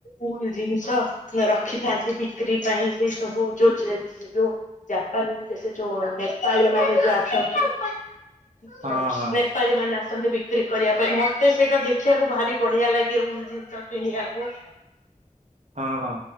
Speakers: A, on the left; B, on the right.
A: ଉଲ ଜିନିଷ ରଖିଥାନ୍ତି ବିକ୍ରି ପାଇଁ ସେଇ ସବୁ ଯୋଉ ଯୋଉ ଜାପାନ ସେ ଯୋଉ ନେପାଳୀ ମାନେ ଯୋଉ ଆସନ୍ତି
B: ହଁ ହଁ
A: ନେପାଳୀ ମାନେ ଆସ ଆସନ୍ତି ବିକ୍ରି କରିବା ପାଇଁ ମତେ ସେଇଟା ଦେଖିବାକୁ ଭାରି ବଢିଆ ଲାଗେ ଉଲ ଜିନିଷ କିଣିବାକୁ।
B: ହଁ ହଁ।